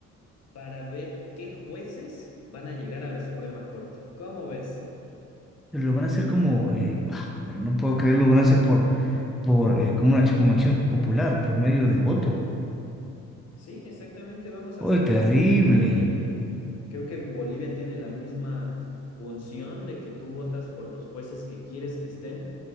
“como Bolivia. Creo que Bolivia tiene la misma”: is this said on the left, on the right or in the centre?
Left